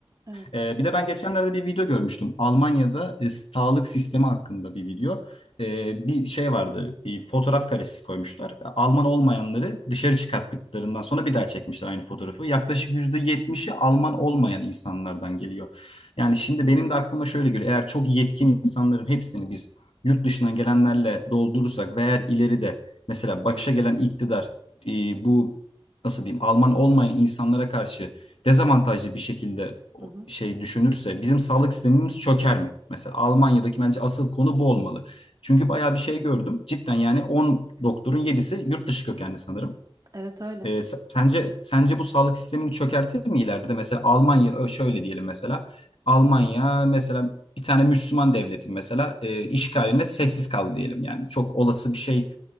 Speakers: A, on the right (about 40°); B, on the left (about 75°).
A: evet.
B: E, bir de ben geçenlerde bir video görmüştüm. Almanya'da e, sağlık sistemi hakkında bir video. E, bir şey vardı, bir fotoğraf karesi koymuşlar. Alman olmayanları dışarı çıkarttıklarından sonra bir daha çekmişler aynı fotoğrafı. Yaklaşık %70'i Alman olmayan insanlardan geliyor. Yani şimdi benim de aklıma şöyle geliyor. Eğer çok yetkin insanların hepsini biz yurt dışından gelenlerle doldurursak ve eğer ileride mesela başa gelen iktidar e, bu nasıl diyeyim Alman olmayan insanlara karşı dezavantajlı bir şekilde
A: Hı hı,
B: şey düşünürse bizim sağlık sistemimiz çöker mi? Mesela Almanya'daki bence asıl konu bu olmalı. Çünkü bayağı bir şey gördüm. Cidden yani 10 doktorun 7'si yurt dışı kökenli sanırım.
A: evet öyle.
B: Ee, sence sence bu sağlık sistemini çökertir mi ileride? Mesela Almanya şöyle diyelim mesela. Almanya mesela bir tane Müslüman devletin mesela e, işgaline sessiz kaldı diyelim yani. Çok olası bir şey